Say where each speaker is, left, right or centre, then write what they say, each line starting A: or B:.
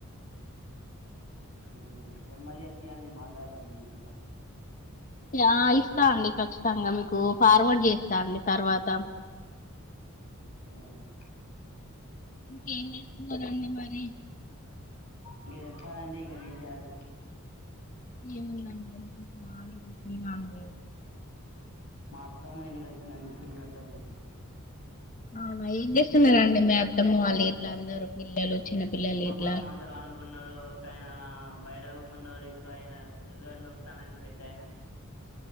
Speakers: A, on the left; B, on the left.
A: ఉమ్ నెంబర్ చెప్తా ఇయ్యండి మాటత మీ ఎందుకు
B: అ ఇస్తా అండి ఖచ్చితంగా మీకు ఫార్వర్డ్ చేస్తా అండి తర్వాత
A: మ్మ్
B: ఇంకేం చేస్తున్నారండి మరి
A: ఇంక చెప్పాలండి గ విషయాలు
B: ఏముందండి <unintelligible>
A: మా అత్తమ్మ ఇంటికొచ్చిన చిన్న అత్తమ్మ ఇంటికి
B: అవునా ఏం చేస్తున్నారండి మీ అత్తమ్మ వాళ్ళు ఇట్లా అందరు పిల్లలు చిన్న పిల్లలు
A: మా
B: ఇట్లా
A: బామంత అనుకున్నారు ఒక్కాయన బయట <unintelligible> ఇంకో ఆయన సల్లడి నొక్కుతానండి పెద్ద అయిన